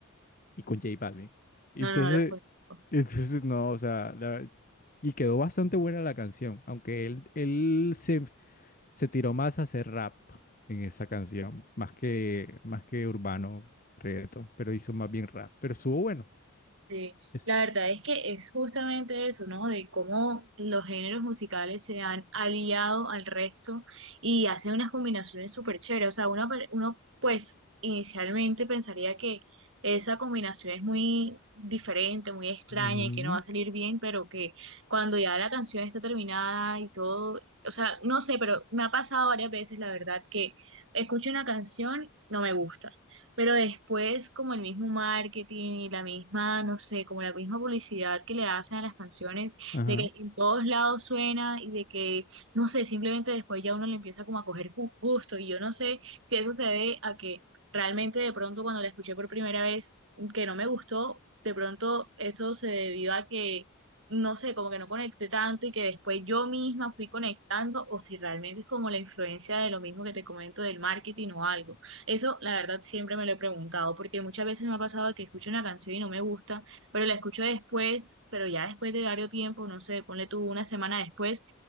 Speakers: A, on the left; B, on the right.
A: y con J Balvin. Entonces,
B: no, no, no los conozco.
A: entonces no, o sea, la- y quedó bastante buena la canción, aunque él, él se, se tiró más a hacer rap en esa canción, más que, más que urbano, reggaetón, pero hizo más bien rap, pero estuvo bueno.
B: Sí,
A: Es-
B: la verdad es que es justamente eso, ¿no? De cómo los géneros musicales se han aliado al resto y hacen unas combinaciones súper chéveres. O sea, uno, pe- uno pues inicialmente pensaría que esa combinación es muy diferente, muy extraña
A: Ujú,
B: y que no va a salir bien, pero que cuando ya la canción está terminada y todo, o sea, no sé, pero me ha pasado varias veces, la verdad, que escucho una canción, no me gusta pero después, como el mismo marketing y la misma, no sé, como la misma publicidad que le hacen a las canciones,
A: Ajá.
B: de que en todos lados suena y de que, no sé, simplemente después ya uno le empieza como a coger gu- gusto. Y yo no sé si eso se debe a que realmente de pronto cuando la escuché por primera vez, que no me gustó, de pronto eso se debió a que, no sé, como que no conecté tanto y que después yo misma fui conectando, o si realmente es como la influencia de lo mismo que te comento del marketing o algo. Eso, la verdad, siempre me lo he preguntado, porque muchas veces me ha pasado que escucho una canción y no me gusta, pero la escucho después, pero ya después de varios tiempo, no sé, ponle tú una semana después,